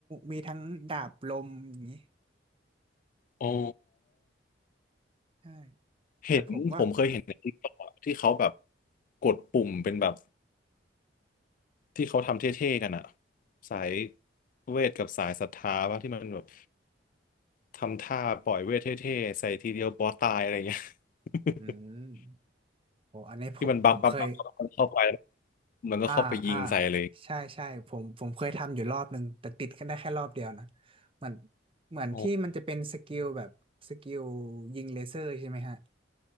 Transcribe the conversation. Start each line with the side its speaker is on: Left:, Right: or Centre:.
Right: มีทั้งดาบลมอย่างนี้
Left: อ๋อ
Right: ใช่
Left: เห็นผมเคยเห็นในทิกอะที่เขาแบบ
Right: แต่ผมก็
Left: กดปุ่มเป็นแบบที่เขาทำเท่ๆกันอะสายเวทกับสายศรัทธาป่ะที่มันแบบทำท่าปล่อยเวทเท่ๆใส่ทีเดียวบอสตายอะไรเงี้ย <laughs>
Right: อืมโอ้อันนี้ผมผมเคย
Left: ที่มันบักบักบักบักมันเข้าไปแล้วมันก็เข้าไปยิงใส่เลย
Right: อ่าอ่าใช่ใช่ผมผมเคยทำอยู่รอบหนึ่งแต่ติดแค่ได้แค่รอบเดียวนะเหมือนเหมือนที่มันจะเป็นสกิลแบบสกิล
Left: อ๋อ
Right: ยิงเลเซอร์ใช่ไหมฮะ